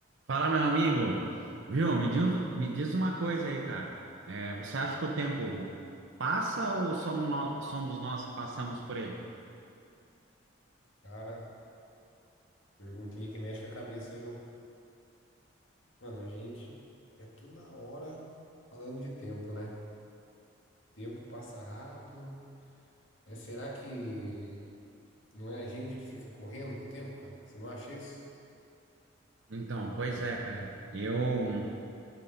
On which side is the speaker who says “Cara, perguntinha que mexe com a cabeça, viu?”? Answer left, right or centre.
Left